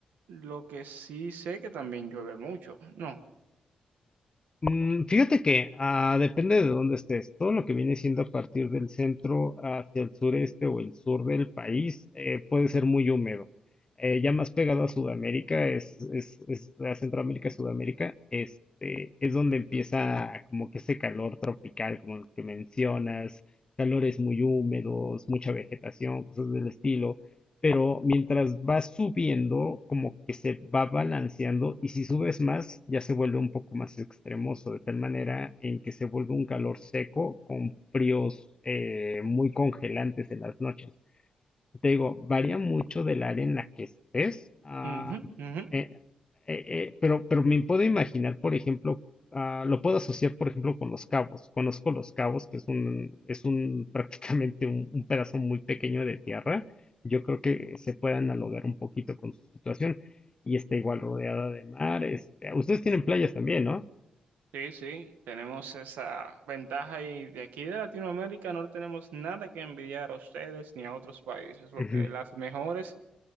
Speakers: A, on the right; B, on the left.
A: lo que sí sé que también llueve mucho, ¿no?
B: Mm, Fíjate que ah, depende de dónde estés. Todo lo que viene siendo a partir del centro hacia el sureste o el sur del país eh, puede ser muy húmedo. Eh, ya más pegado a Sudamérica, es, es, es a Centroamérica, Sudamérica, este, es donde empieza como que ese calor tropical, como el que mencionas, calores muy húmedos, mucha vegetación, cosas del estilo pero mientras vas subiendo, como que se va balanceando y si subes más, ya se vuelve un poco más extremoso, de tal manera en que se vuelve un calor seco con fríos eh, muy congelantes en las noches. Te digo, varía mucho del área en la que estés, ah,
A: Ujú, ujú.
B: eh, eh, eh, pero, pero me puedo imaginar, por ejemplo, ah, lo puedo asociar, por ejemplo, con Los Cabos. Conozco Los Cabos, que es un, es un <laughs> prácticamente un, un pedazo muy pequeño de tierra. Yo creo que se puede analogar un poquito con su situación. Y está igual rodeada de mar. este, ustedes tienen playas también, ¿no?
A: Sí, sí, tenemos esa ventaja y de aquí de Latinoamérica no tenemos nada que envidiar a ustedes ni a otros países, porque
B: Ujú,
A: las mejores,